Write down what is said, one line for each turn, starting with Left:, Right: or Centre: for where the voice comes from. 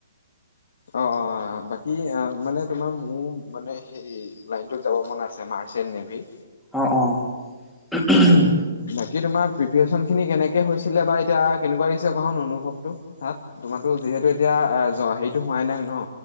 Left: অঁ অঁ বাকি আ মানে তোমাৰ মোৰ মানে সেই লাইনটো যাব মন আছে মাৰ্চেণ্ট নেভি।
Centre: অঁ অঁ <unintelligible>
Left: বাকী তোমাৰ প্ৰিপেৰেচন খিনি কেনেকে হৈছিলে বা এতিয়া কেনেকুৱা লাগিছে কখন অনুভৱটো তাত? তোমাৰটো যিহেতু এতিয়া হেৰিটো হোৱাই নাই ন